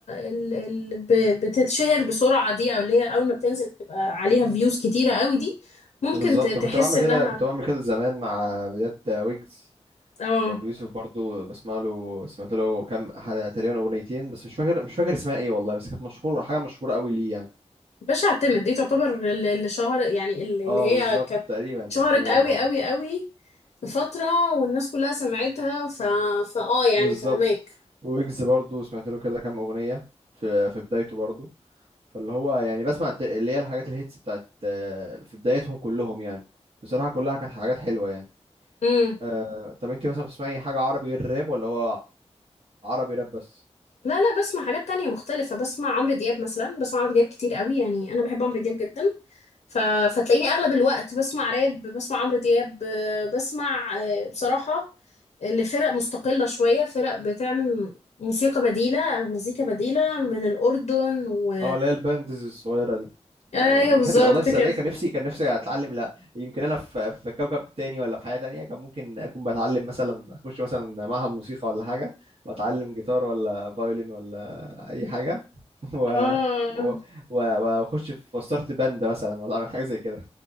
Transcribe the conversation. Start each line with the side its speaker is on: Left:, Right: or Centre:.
Left: ال- اللي ب- بتتشهر بسرعة دي او اللي هي اول ما بتنزل بتبقى عليها فيوز كتيرة قوي دي ممكن
Right: بالظبط
Left: ت- تحس
Right: كنت بعمل
Left: انها
Right: كده كنت بعمل كده زمان مع بدايات ويجز
Left: اه
Right: وابي يوسف برضو بسمع له سمعت له كام ح- تقريبا اغنيتين بس مش فاكر مش فاكر اسمها ايه والله بس كانت مشهور حاجه مشهوره قوي ليه يعني
Left: باش اعتمد دي تعتبر ال- اللي شهر يعني ال- اللي
Right: اه
Left: هي
Right: بالظبط
Left: كانت
Right: تقريبا
Left: شهرت
Right: احتمال
Left: قوي
Right: اه
Left: قوي قوي في فترة والناس كلها سمعتها ف... فاه يعني
Right: بالظبط
Left: فهماك
Right: ويجز برضو سمعت له كده كام اغنيه في في بدايته برضو فاللي هو يعني بسمع الت- اللي هي الحاجات الهيتس بتاعت آه، في بدايتهم كلهم يعني بصراحه كلها كانت حاجات حلوه يعني
Left: امم
Right: آه، طب انت مثلا بتسمعي حاجه عربي غير الراب ولا هو عربي راب بس
Left: لا لا بسمع حاجات تانية مختلفة بسمع عمرو دياب مثلا بسمع عمرو دياب كتير قوي يعني أنا بحب عمرو دياب جدا ف... فتلاقيني أغلب الوقت بسمع راب بسمع عمرو دياب آه، بسمع آه، بصراحة لفرق مستقلة شوية فرق بتعمل موسيقى بديلة أو مزيكا بديلة من الأردن و
Right: اه اللي هي الباندز الصغيره دي
Left: أيوه
Right: أه بحب
Left: بالظبط
Right: لا والله تصدقي
Left: كده
Right: كان نفسي كان نفسي اتعلم لا يمكن انا في في كوكب تاني ولا في حياه تانية كان ممكن اكون بتعلم مثلا اخش مثلا معهد موسيقى ولا حاجه واتعلم جيتار ولا فايولين ولا اي حاجه <laughs> و...
Left: اه
Right: و... و... واخش في وستارت باند مثلا ولا اعمل حاجه زي كده